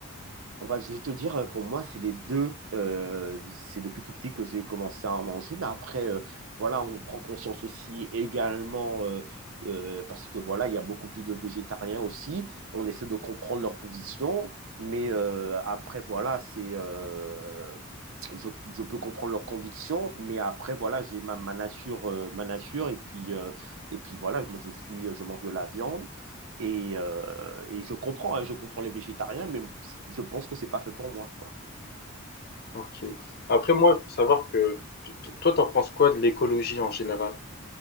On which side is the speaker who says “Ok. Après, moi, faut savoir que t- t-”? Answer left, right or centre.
Left